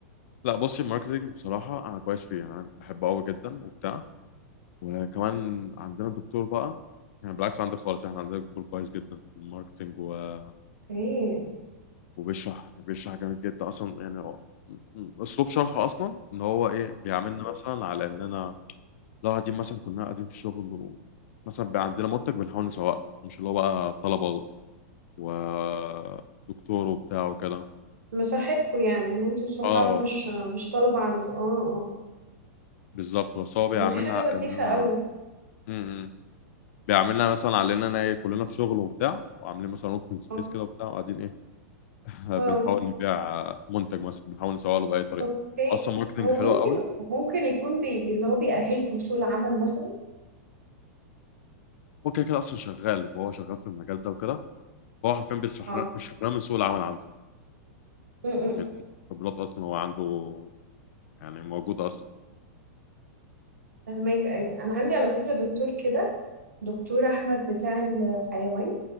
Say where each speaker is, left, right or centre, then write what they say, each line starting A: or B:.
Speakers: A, on the left (about 60°); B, on the right (about 90°).
A: لا بصي الماركتينج بصراحة أنا كويس فيه يعني أنا بحبه أوي جدا وبتاع وكمان عندنا دكتور بقى يعني بالعكس عندي خالص احنا عندنا دكتور كويس جدا في الماركتينج و...
B: اوكي
A: وبيشرح بيشرح جامد جدا أصلا يعني هو- م- أسلوب شرحه أصلا إن هو إيه بيعاملنا مثلا على إننا لو قاعدين مثلا كنا قاعدين في شغل و... مثلا بقى عندنا منتج بنحاول نسوقه مش اللي هو بقى طلبة ودكتور وبتاع وكده
B: مصاحبكوا يعني ان انتوا صحاب
A: اه
B: مش مش طلبة عنده اه اه
A: بالظبط بس هو بيعاملنا
B: طب ما دي حاجة
A: على
B: لطيفة
A: إننا
B: قوي
A: م- م. بيعملنا مثلا علينا انا إيه، كلنا في شغل وبتاع وعاملين مثلا اوبن سبيس
B: اه
A: كده وبتاع وقاعدين ايه آه،
B: آه،
A: بنحاول نبيع آه، منتج مثلا بنحاول نسوق له باي طريقه
B: اوكي
A: اصلا ماركتنج
B: هو
A: حلو
B: ممكن
A: قوي
B: ممكن يكون بي بي- اللي هو بيأهلكم لسوق العمل مثلا
A: هو كده كده اصلا شغال وهو شغال في المجال ده وكده فهو حرفيا بيشرح
B: اه
A: لنا بيشرح لنا من سوق العمل عنده
B: امم
A: من خبرات اصلا هو عنده يعني موجوده اصلا
B: فهماك ايوه انا عندي على فكرة دكتور كده دكتور احمد بتاع الحيوان